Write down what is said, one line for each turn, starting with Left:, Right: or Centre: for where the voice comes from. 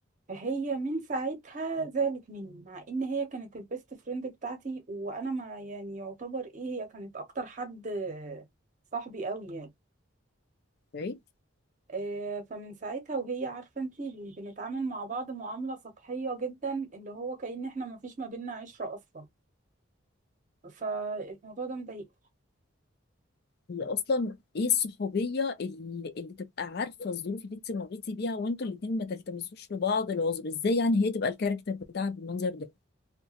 Right: فهي من ساعتها زعلت مني مع ان هي كانت البيست فريند بتاعتي وانا ما يعني يعتبر ايه هي كانت اكتر حد صاحبي قوي يعني
Left: اوكي
Right: آه، فمن ساعتها وهي عارفة انتي بنتعامل مع بعض معاملة سطحية جدا اللي هو كأن احنا مفيش ما بينا عشرة أصلا فالموضوع ده مضايق
Left: هي اصلا ايه الصحوبيه اللي, اللي تبقى عارفه الظروف اللي انت مريتي بيها وانتوا الاثنين ما تلتمسوش لبعض العذر ازاي يعني هي تبقى الكاركتر بتاعها بالمنظر ده